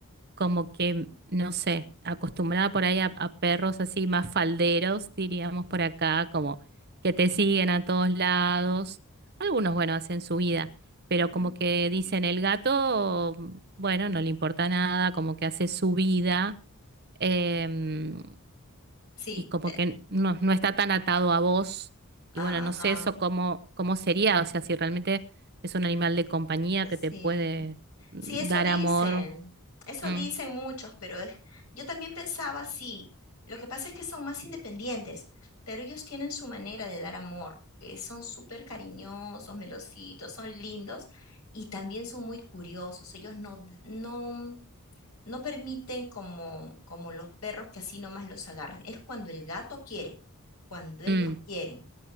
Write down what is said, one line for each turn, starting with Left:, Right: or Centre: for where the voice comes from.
Right: como que, no sé, acostumbrada por ahí a, a perros así más falderos, diríamos por acá, como que te siguen a todos lados. Algunos, bueno, hacen su vida, pero
Left: Ujú.
Right: como que dicen el gato, bueno, no le importa nada, como que hace su vida. Em,
Left: Sí,
Right: y como
Left: eh,
Right: que no, no está tan atado a vos.
Left: ajá.
Right: Y bueno, no sé eso cómo, cómo sería, o sea, si realmente es un animal de compañía
Left: Sí,
Right: que te puede mm,
Left: sí, eso
Right: dar
Left: dicen,
Right: amor.
Left: eso
Right: Mm,
Left: dicen muchos, pero es, yo también pensaba así. Lo que pasa es que son más independientes, pero ellos tienen su manera de dar amor. eh, son súper cariñosos, melositos, son lindos y también son muy curiosos. Ellos no, d- no, no permiten como, como los perros que así nomás los agarran. Es cuando el gato quiere, cuando ellos
Right: mm,
Left: quieren.